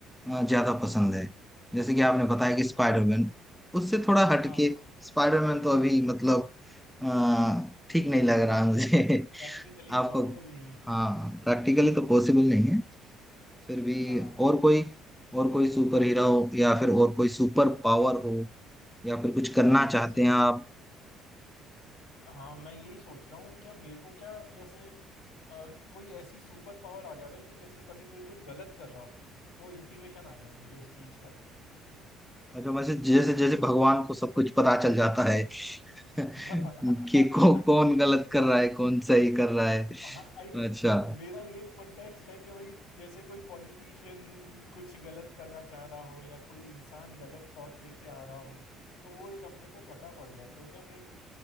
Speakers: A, in the centre; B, on the left (about 85°).
A: अ, ज्यादा पसंद है जैसे कि आपने बताया कि स्पाइडरमैन उससे थोड़ा हटके
B: हाँ हाँ
A: स्पाइडरमैन तो अभी मतलब अ, ठीक नहीं लग रहा है मुझे <laughs>
B: प्रैक्टिकली
A: आपको
B: पॉसिबल नहीं है यहाँ
A: हाँ
B: पे
A: प्रैक्टिकली तो पॉसिबल नहीं है फिर भी
B: हाँ
A: और कोई और कोई सुपर हीरो हो या फिर और कोई सुपर पावर हो या फिर कुछ करना
B: हाँ
A: चाहते
B: जैसे
A: हैं आप
B: हाँ मैं यही सोच रहा हूँ क्या मेरे को क्या जैसे अ, कोई ऐसी सुपर पावर आ जावे कि जैसे कभी कोई कुछ गलत कर रहा हो तो इंटीमेशन आ जाए मुझे उस चीज का
A: अच्छा वैसे जैसे जैसे भगवान को सब कुछ पता चल जाता है <laughs> कि
B: <laughs>
A: कौ, कौन गलत कर रहा है कौन सही कर रहा है
B: आई मीन
A: अच्छा
B: मेरा ये कॉन्टेक्स्ट है कि भाई जैसे कोई पॉलिटिशियन कुछ गलत करना चाह रहा हो या कोई इंसान गलत थॉट लेके आ रहा हो तो वो एक अपने को पता पड़ जाए तो क्या मैं एक